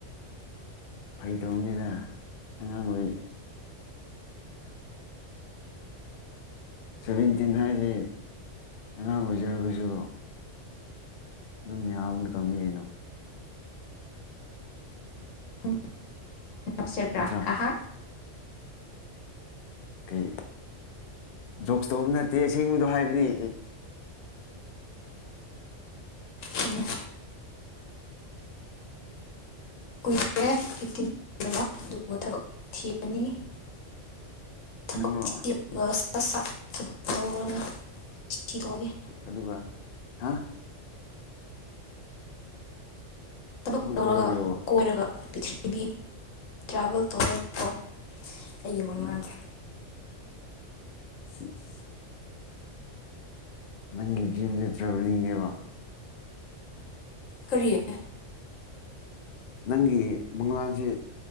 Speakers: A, on the left (about 60°); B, on the left (about 90°).
A: ꯐꯥꯒꯤ ꯇꯧꯅꯤꯗ ꯑꯉꯥꯡ ꯑꯣꯏꯔꯤ ꯁꯚꯦꯟꯇꯤꯟ ꯍꯥꯏꯁꯤ ꯑꯉꯥꯡ ꯑꯣꯏꯖꯔꯒꯁꯨ ꯑꯗꯨꯝ ꯌꯥꯕ ꯃꯇꯝꯅꯤ ꯀꯩꯅꯣ
B: <unintelligible> ꯅ‌ꯣꯛꯁꯤꯔ
A: ꯅꯠꯇ꯭ꯔꯥ
B: ꯍꯥꯍꯥ
A: ꯀꯩ ꯖꯣꯛꯁ ꯇꯧꯕ ꯅꯠꯇꯦ ꯑꯁꯦꯡꯕꯗꯣ ꯍꯥꯏꯕꯅꯤ
B: ꯎꯝ ꯀꯨꯏꯔꯦ <unintelligible> ꯑꯗꯨꯒꯨꯝꯕ ꯊꯕꯛ ꯊꯤꯔꯅꯤ ꯊꯕꯛ
A: ꯅꯪꯔꯣ
B: ꯊꯤꯔꯒ ꯆ <unintelligible> ꯊꯕꯛ ꯇꯧꯔꯒ ꯊꯤꯗꯣꯛꯑꯒꯦ
A: ꯑꯗꯨꯒ ꯍꯥ
B: ꯊꯕꯛ ꯇꯧꯔꯒ
A: ꯇꯧꯔ ꯀꯩꯗꯧꯕ
B: ꯀꯣꯏꯔꯒ ꯄꯤꯊꯔꯤꯕꯤ ꯇ꯭ꯔꯥꯚꯦꯜ ꯇꯧꯔꯒꯀꯣ ꯑꯩꯒꯤ ꯃꯪꯂꯥꯟꯁꯦ
A: ꯎꯝ <inaudible> ꯅꯪꯒꯤ ꯗꯔꯤꯝꯖ‌ꯦ ꯇ꯭ꯔꯥꯕꯦꯂꯤꯡꯅꯦꯕ
B: ꯀꯔꯤ
A: ꯅꯪꯒꯤ ꯃꯪꯂꯥꯟꯁꯦ